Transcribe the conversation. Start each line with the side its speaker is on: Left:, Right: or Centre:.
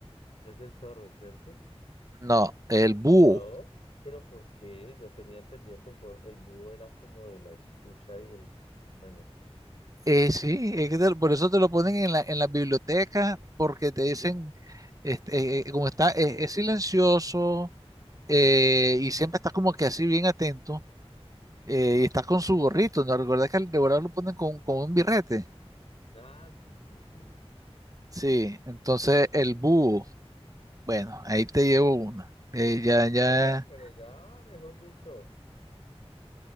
Left: Es el zorro, ¿cierto?
Right: No, el búho.
Left: No, pero ¿por qué? Yo tenía entendido que el, bol- el búho era como de la escucha y el... Bueno, sí.
Right: Eh, sí, es que te por eso te lo ponen en la, en las bibliotecas, porque te dicen, este, eh, eh, como está, eh, es silencioso eh, y siempre estás como que así bien atento. eh, y está con su gorrito, ¿no? Recuerda que al devorador lo ponen con, con un birrete.
Left: Ah, sí, sí, sí.
Right: Sí, entonces el búho, bueno, ahí te llevo una. Eh, ya, ya,
Left: No, pero ya, mejor dicho,